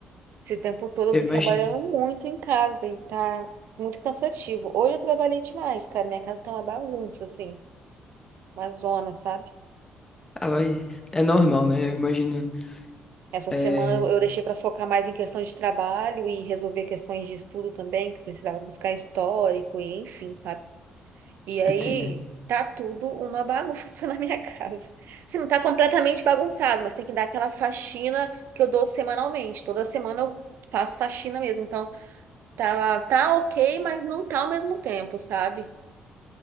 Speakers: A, on the right; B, on the left.
A: Esse tempo todo eu
B: eu
A: tô
B: imagino.
A: trabalhando muito em casa e tá muito cansativo. Hoje eu trabalhei demais, cara. Minha casa tá uma bagunça, assim, uma zona, sabe?
B: Ah, mas é normal, né? Eu imagino.
A: Essa
B: É,
A: semana eu eu deixei para focar mais em questão de trabalho e resolver questões de estudo também, que precisava buscar histórico e enfim, sabe? E aí
B: entendeu?
A: tá tudo uma bagunça <laughs> na minha casa. Assim, não tá completamente bagunçado, mas tem que dar aquela faxina que eu dou semanalmente. Toda semana eu faço faxina mesmo. Então tá, tá ok, mas não tá ao mesmo tempo, sabe?